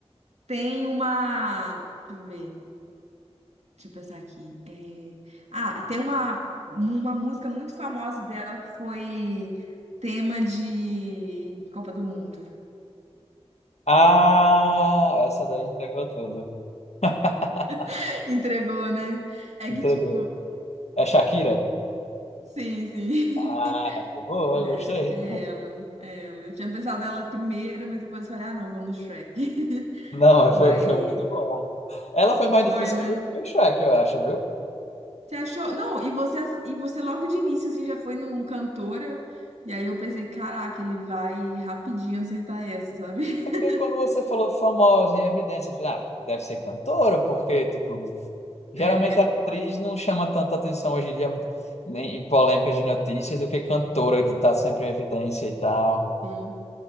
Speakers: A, on the right; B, on the left.
A: Tem uma. Deixa eu ver, deixa eu pensar aqui. É, Ah, tem uma, uma música muito famosa dela que foi tema de Copa do Mundo.
B: Ah, essa daí entregou tudo. <laughs>
A: <laughs> Entregou, né? É que,
B: Entregou.
A: tipo,
B: É Shakira?
A: sim, sim.
B: Ah,
A: <laughs>
B: boa,
A: É,
B: gostei.
A: é ela, é ela. Eu tinha pensado ela primeira, mas depois eu falei, ah, não, vou no Shrek. <laughs>
B: Não, mas
A: Mas
B: foi, foi muito bom. Ela foi mais
A: foi,
B: difícil
A: né?
B: que o que o Shrek, eu acho, viu?
A: Você achou? Não, e você, ass- e você logo de início assim, já foi num cantora. E aí eu pensei, caraca, ele vai rapidinho acertar essa, sabe? <laughs>
B: É porque quando você falou famosa em evidência, eu falei, ah, deve ser cantora, porque, tipo, geralmente
A: É,
B: a atriz não chama tanta atenção hoje em dia em em polêmicas de notícias do que cantora de estar sempre em evidência e tal.
A: sim.